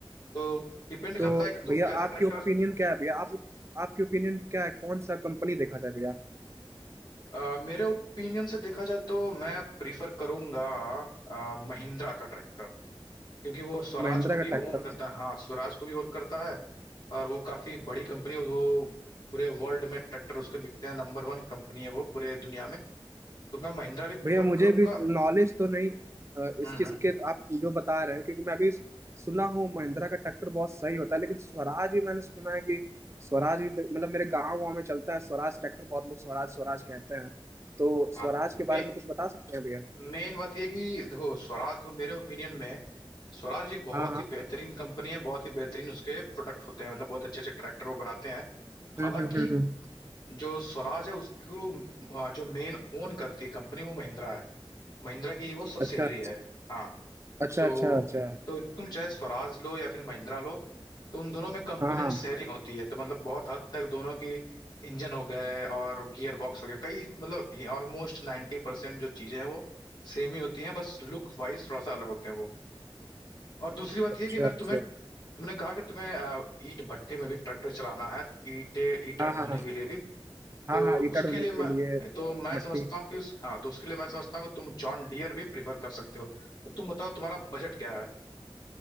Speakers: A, on the left; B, on the right.
A: तो डिपेंड
B: तो
A: करता है कि तुम
B: भैया
A: कैसा
B: आपकी
A: ट्रैक्टर
B: ओपिनियन क्या है भैया आप आपकी ओपिनियन क्या है कौन सा कंपनी देखा जाए भैया
A: अ, मेरे ओपिनियन से देखा जाए तो मैं प्रीफर करूंगा अ, महिंद्रा का ट्रैक्टर क्योंकि वो स्वराज
B: महिंद्रा
A: को
B: का
A: भी
B: ट्रैक्टर
A: ओन करता है हाँ स्वराज को भी ओन करता है और वो काफी बड़ी कंपनी वो पूरे वर्ल्ड में ट्रैक्टर उसके बिकते हैं नंबर वन कंपनी है वो पूरे दुनिया में तो मैं महिंद्रा भी प्रिफर
B: भैया मुझे
A: करूंगा
B: भी नॉलेज तो नहीं अ,
A: हम्म
B: इस चीज
A: हम्म।
B: के आप जो बता रहे हैं क्योंकि मैं भी सुना हूँ महिंद्रा का ट्रैक्टर बहुत सही होता है लेकिन स्वराज भी मैंने सुना है कि स्वराज भी मतलब मेरे गाँव वाँव में चलता है स्वराज ट्रैक्टर बहुत लोग स्वराज स्वराज कहते हैं तो स्वराज
A: हाँ मे,
B: के बारे में कुछ बता सकते हैं भैया
A: मेन बात यह है कि देखो स्वराज वो मेरे ओपिनियन में स्वराज एक बहुत
B: हाँ हाँ
A: ही बेहतरीन कंपनी है बहुत ही बेहतरीन उसके प्रोडक्ट होते हैं मतलब बहुत अच्छे अच्छे ट्रैक्टर वो बनाते हैं हालांकि
B: हम्म हम्म हम्म हम्म।
A: जो स्वराज है उसको अ, जो मेन ओन करती है कंपनी वो महिंद्रा है महिंद्रा की ही वो सब्सिडरी
B: अच्छा
A: है हाँ
B: अच्छा
A: तो
B: अच्छा अच्छा
A: तो तुम चाहे स्वराज लो या फिर महिंद्रा लो तो उन दोनों में कंपोनेंट
B: हाँ हाँ
A: शेयरिंग होती है तो मतलब बहुत हद तक दोनों की इंजन हो गए और गियर बॉक्स हो गया कई मतलब ऑलमोस्ट नाइन्टी परसेंट जो चीजें हैं वो सेम ही होती हैं बस लुक वाइज थोड़ा सा अलग होते हैं वो और दूसरी बात
B: अच्छा
A: ये है कि अगर
B: अच्छा
A: तुम्हें तुमने कहा कि तुम्हें अ, ईंट भट्ठे में भी ट्रैक्टर चलाना है ईंटे ईंटा
B: हाँ हाँ
A: ढोने
B: हाँ
A: के लिए भी
B: हाँ
A: तो
B: हाँ ईटा
A: उसके
B: ढोने
A: लिए
B: के
A: मैं
B: लिए
A: तो मैं
B: मट्टी
A: समझता हूँ कि उस, हाँ तो उसके लिए मैं समझता हूँ कि तुम जॉन डियर भी प्रीफर कर सकते हो तो तुम बताओ तुम्हारा बजट क्या